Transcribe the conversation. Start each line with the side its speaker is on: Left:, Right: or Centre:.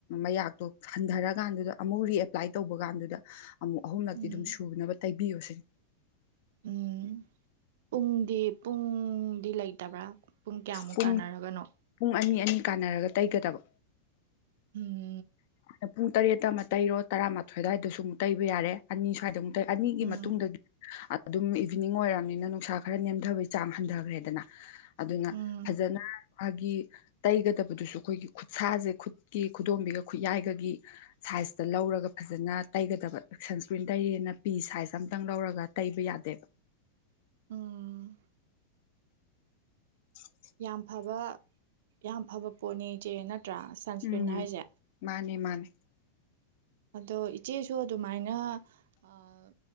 Left: ꯃꯌꯥꯛꯇꯣ ꯍꯟꯊꯔꯀꯥꯟꯗꯨꯗ ꯑꯃꯨꯛ ꯔꯤꯑꯞ ꯑꯦꯄ꯭ꯂꯥꯏ ꯇꯧꯕ ꯀꯥꯟꯗꯨꯗ ꯑꯃꯨꯛ ꯑꯍꯨꯝꯂꯛꯇꯤ
Right: ꯎꯝ
Left: ꯑꯗꯨꯝ ꯁꯨꯅꯕ ꯇꯩꯕꯤꯌꯨ ꯁꯤꯅꯤ
Right: ꯎꯝ ꯄꯨꯡꯗꯤ ꯄꯨꯡꯗꯤ ꯂꯩꯇꯕ꯭ꯔꯥ ꯄꯨꯡ ꯀꯌꯥꯃꯨꯛ
Left: ꯄꯨꯡ
Right: ꯀꯥꯟꯅꯔꯒꯅꯣ
Left: ꯄꯨꯡ ꯑꯅꯤ ꯑꯅꯤ ꯀꯥꯟꯅꯔꯒ ꯇꯩꯒꯗꯕ
Right: ꯎꯝ
Left: ꯑ ꯄꯨꯡ ꯇꯔꯦꯠꯇ ꯑꯃ ꯇꯩꯔꯣ ꯇꯔꯥꯃꯥꯊꯣꯏ ꯑꯗꯨꯋꯥꯏꯗꯁꯨꯨꯛ ꯇꯩ ꯌꯥꯔꯦ ꯑꯅꯤ ꯁ꯭ꯋꯥꯏꯗ ꯑꯃꯨꯛ ꯇꯩꯔ ꯑꯅꯤꯒꯤ
Right: ꯎꯝ
Left: ꯃꯇꯨꯡ ꯑꯗꯨꯝ ꯏꯚꯤꯅꯤꯡ ꯑꯣꯏꯔꯕꯝꯅꯤꯅ ꯅꯨꯡꯁꯥ ꯈꯔ ꯅꯦꯝꯊꯕꯩ ꯆꯥꯡ ꯍꯟꯊꯈ꯭ꯔꯦꯗꯅ ꯑꯗꯨꯅ
Right: ꯎꯝ
Left: ꯐꯖꯅ ꯃꯥꯒꯤ ꯇꯩꯒꯗꯕꯗꯨꯁꯨ ꯑꯩꯈꯣꯏꯒꯤ ꯈꯨꯠꯁꯥꯁꯦ ꯈꯨꯠꯀꯤ ꯈꯨꯗꯣꯝꯕꯤꯒ ꯈꯨꯠꯌꯥꯏꯒꯒꯤ ꯁꯥꯏꯖꯇ ꯂꯧꯔꯒ ꯐꯖꯅ ꯇꯩꯒꯗꯕ ꯁꯟꯁꯀ꯭ꯔꯤꯟ ꯇꯩꯔꯦꯅ ꯄꯤ ꯁꯥꯏꯖ ꯑꯇꯪ ꯂꯧꯔꯒ ꯇꯩꯕ ꯌꯥꯗꯦ
Right: ꯎꯝ
Left: <unintelligible>
Right: ꯌꯥꯝ ꯐꯕ ꯌꯥꯝ ꯐꯕ ꯄꯣꯠꯅꯤ ꯏꯆꯦ ꯅꯠꯇ꯭ꯔꯥ ꯁꯟꯁ꯭ꯀ꯭ꯔꯤꯟ
Left: ꯎꯝ
Right: ꯍꯥꯏꯖꯦ
Left: ꯃꯥꯅꯦ ꯃꯥꯅꯦ
Right: ꯑꯗꯣ ꯏꯆꯦꯁꯨ ꯑꯗꯨꯃꯥꯏꯅ ꯑꯥ ꯑ